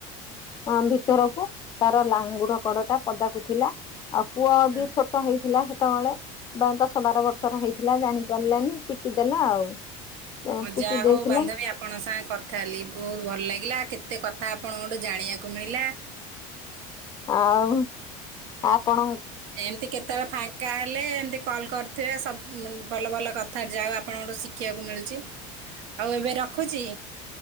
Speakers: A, on the left; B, on the right.
A: ଅ ଭିତରକୁ ତାର ଲାଙ୍ଗୁଡ କଡଟା ପଦାକୁ ଥିଲା। ପୁଅ ବି
B: ହଁ
A: ଛୋଟ ହେଇଥିଲା ସେତେବେଳେ, ଦଶ ବାର ବର୍ଷର ହେଇଥିଲା, ଜାଣି ପାରିଲାନି ପିଟି ଦେଲା ଆଉ
B: ହଁ
A: ପିଟି
B: ଯାହା
A: ଦେଇଥିଲା
B: ହୋଉ ବାନ୍ଧବୀ ଆପଣଙ୍କ ସାଙ୍ଗେ କଥା ହେଲି, ବହୁତ ଭଲ ଲାଗିଲା। ଏତେ କଥା ଆପଣଙ୍କଠୁ ଜାଣିବାକୁ ମିଳିଲା।
A: ଆଉ ଆପଣ।
B: ଏମତି କେତେବେଳେ ଫାଙ୍କା ହେଲେ ଏମିତି କଲ କରିୁଥିବେ, ସବୁ ଭଲ ଭଲ। କଥା ଯାହା ଆପଣଙ୍କଠୁ ଶିଖିବାକୁ ମିଳୁଛି। ଆଉ ଏବେ ରଖୁଛି।